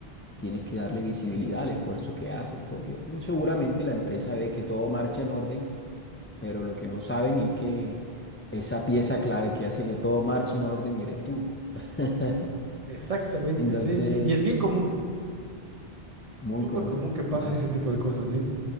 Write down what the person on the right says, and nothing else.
Exactamente,
sí, sí. Y es bien común,
súper
común que pase
ese tipo de cosas, sí.